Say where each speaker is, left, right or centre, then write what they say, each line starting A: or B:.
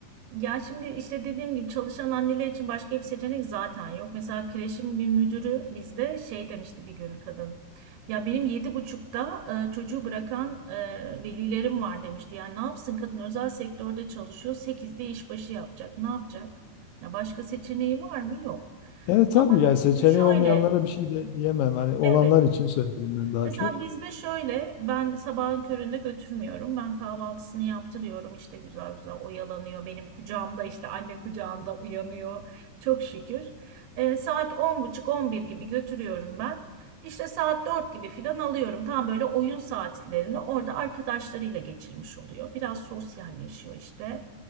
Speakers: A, on the right; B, on the left.
A: Ya şimdi işte dediğim gibi çalışan anneler için başka bir seçenek zaten yok. Mesela kreşin bir müdürü bizde şey demişti bir gün kadın. Ya benim yedi buçukta e, çocuğu bırakan e, velilerim var demişti. Yani ne yapsın kadın özel sektörde çalışıyor. Sekizde işbaşı yapacak. Ne yapacak? Ya başka seçeneği var mı? Yok.
B: Evet tabii
A: Ama
B: yani seçeneği
A: şöyle,
B: olmayanlara bir şey de diyemem. Hani olanlar
A: evet.
B: için söyledim ben daha
A: Mesela
B: çok.
A: bizde şöyle, ben sabahın köründe götürmüyorum. Ben kahvaltısını yaptırıyorum. işte güzel güzel oyalanıyor. Benim kucağımda işte anne kucağında uyanıyor. Çok şükür. Ee, saat on buçuk on bir gibi götürüyorum ben. İşte saat 4 gibi filan alıyorum. Tam böyle oyun saatlerini orada arkadaşlarıyla geçirmiş oluyor. Biraz sosyalleşiyor işte.